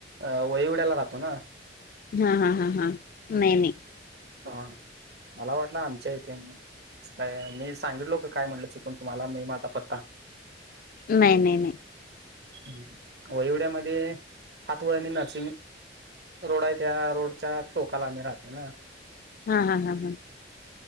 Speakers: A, on the right; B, on the left.
A: अ वईवड्याला राहतो ना.
B: हा हा हा हा. नाही नाही.
A: हा मला वाटलं आमच्या इथे आहे म्हणून. तसं काय सांगितलो का काय म्हटलं चुकून तुम्हाला मी माझा पत्ता.
B: नाही नाही नाही.
A: हम्म वळिवड्यामध्ये हात वळणी नर्सिंग रोड आहे त्या रोडच्या टोकाला आम्ही राहतोय ना.
B: हा हा हा हा.